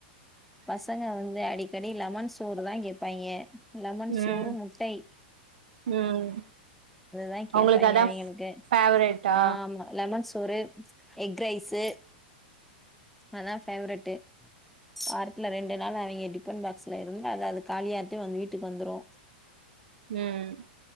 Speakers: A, in the centre; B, on the right (about 70°).
A: பசங்க வந்து அடிக்கடி லெமன் சோறு தா கேப்பாய்ங்க லெமன்
B: ம்
A: சோறு முட்டை
B: ம்
A: அதுதா கேப்பாய்ங்க
B: அவங்களுக்கு அதா
A: அவிங்களுக்கு
B: ஃபேவரேட்டா
A: ஆமா லெமன் சோறு எக் ரைஸ்ஸு அதா ஃபேவரெட்டு வாரத்துல ரெண்டு நாள் அவிங்க டிபன் பாக்ஸ்ல இருந்தா அது அது காலியாட்டு வந்து வீட்டுக்கு வந்துரு
B: ம்